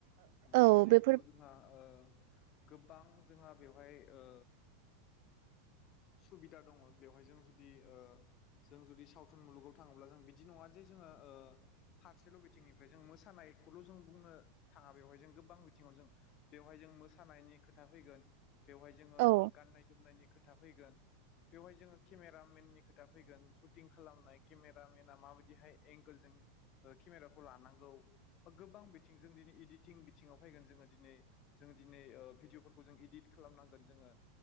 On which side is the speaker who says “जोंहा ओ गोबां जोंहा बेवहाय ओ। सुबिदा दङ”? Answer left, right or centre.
Left